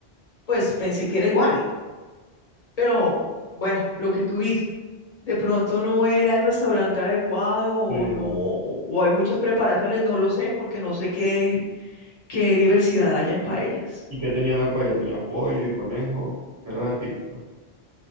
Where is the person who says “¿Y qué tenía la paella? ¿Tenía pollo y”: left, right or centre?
Right